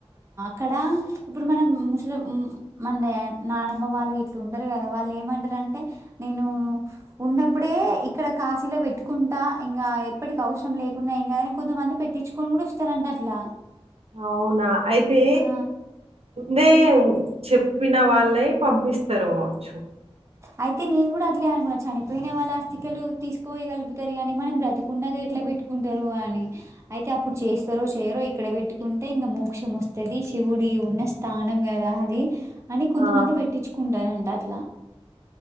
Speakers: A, on the right (about 25°); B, on the right (about 70°).
A: క్కడ ఇప్పుడు మనం ముసలి మన నానమ్మ వాళ్ళు గిట్లా ఉంటారు కదా వాళ్ళు ఏమంటరంటే నేను ఉన్నప్పుడే ఇక్కడ కాశీలో పెట్టుకుంటా ఇంగ ఎప్పటికి అవసరం లేకున్నా ఇంకాదని కొంతమంది పెట్టించుకొని కూడా వస్తారంట అట్లా
B: అవునా అయితే
A: ఆ
B: <unintelligible> దేవ్ చెప్పిన వాళ్లై పంపిస్తారు పోవచ్చు
A: అయితే నేను కూడా అట్లే అనుకున్నా చనిపోయిన వాళ్ళ ఆస్తికలు తీసుకుపోయిగలుపుతారు అని మనం బ్రతికు కుండగా
B: హ్మ్.
A: ఎట్లా పెట్టుకుంటారు అ ని అయితే అప్పుడు చేస్తారో చెయ్యరో ఇక్కడ పెట్టుకుంటే ఇంగ మోక్షం వస్తది శివుడి ఉన్న స్థానం గదా అది అని కొంతమంది
B: ఆ!
A: పెట్టిచ్చుకుంటారన్ టట్లా